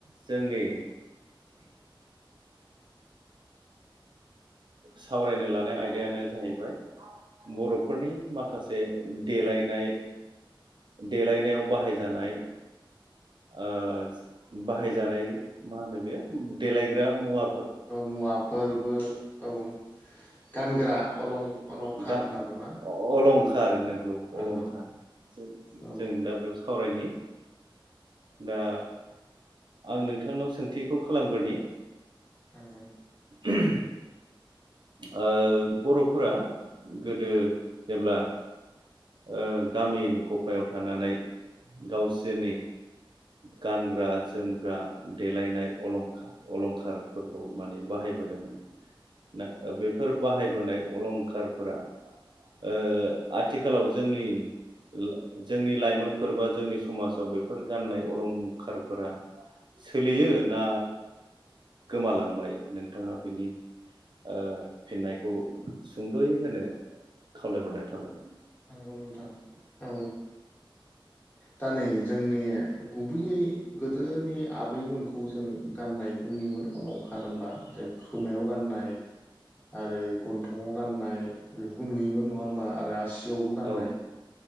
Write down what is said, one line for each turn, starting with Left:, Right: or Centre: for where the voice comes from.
Right: जोंनि सावरायनो लानाय आयदायानो जाहैबाय बर'फोरनि माखासे देलायनाय देलायनायाव बाहायजानाय ओ ज बाहायजानाय मा होनो बेयो उम देलायग्रा मुवा
Left: औ मुवाफोरबो औ। गानग्रा अलं। अलंखार
Right: गा
Left: होनना बुङोना
Right: अ अलंखार
Left: नंगौ बेफोरबो
Right: नोंगौ
Left: नंगौ
Right: अलंखार जों
Left: औ
Right: जों दा बेयाव सा सावरायनि। दा आं नोंथांनाव सोंथिखौ खालामग्रोनि
Left: नोंगौ।
Right: <inaudible> ओ बर'फोरा गोदो जेब्ला ओ गामि गफायाव थानानै गावसोरनि गानग्रा जोमग्रा देलायनाय अलंखार अलंखारफोरखौ माने बाहायबोदोंमोन नो बेफोर बाहायबोनाय अलंखारफोरा ओ आथिखालाव जोंनि ला जोंनि लाइमोनफोर बा जोंनि समाजाव बेफोर गाननाय अलंखारफोरा सोलियो ना गोमालांबाय नोंथाङा बेनि ओ फिननायखौ सुंद'यै होनो खावलायहरनाय थाबाय।
Left: नोंगौ नोंथां औ दा नै जोंनि गुबैयै गोदोनि आबैमोनखौ जों गाननायखौ नुयोमोन अलंखार होनबा। जों खोमायाव गाननाय आरो गन्थंङाव गाननाय बेफोरखौ नुयोमोन नङा होमबा आरो आस सियावबो गाननाय
Right: औ